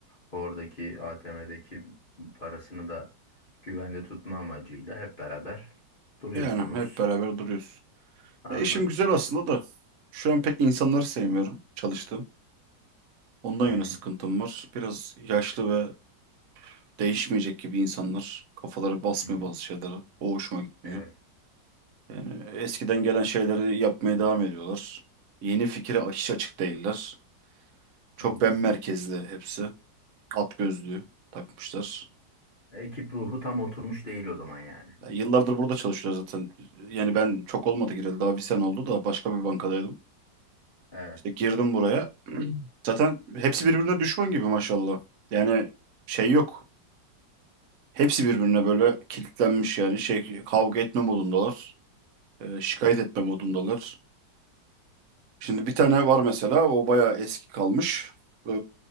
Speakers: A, on the left (about 35°); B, on the right (about 60°).
A: oradaki ATM'deki parasını da güvende tutma amacıyla hep beraber duruyorsunuz.
B: Yani hep beraber duruyoruz.
A: Anladım.
B: E işim güzel aslında da şu an pek insanları sevmiyorum çalıştığım. Ondan
A: Hı
B: yana
A: hı.
B: sıkıntım var. Biraz yaşlı ve değişmeyecek gibi insanlar. Kafaları basmıyor
A: Hmm.
B: bazı şeylere. O hoşuma gitmiyor.
A: Evet.
B: Yani eskiden gelen şeyleri yapmaya devam ediyorlar. Yeni fikre hiç açık değiller. Çok
A: Hmm.
B: ben merkezli hepsi. At gözlüğü takmışlar.
A: Ekip ruhu tam oturmuş değil o zaman yani.
B: Ya yıllardır burada çalışıyoruz zaten. Yani ben çok olmadı gireli. Daha bir sene oldu da başka bir bankadaydım.
A: Evet.
B: İşte girdim buraya. <clears throat> Zaten hepsi birbirine düşman gibi maşallah. Yani şey yok. Hepsi birbirine böyle kilitlenmiş yani şey kavga etme modundalar. E, şikayet etme modundalar. Şimdi bir tane var mesela o bayağı eski kalmış. E,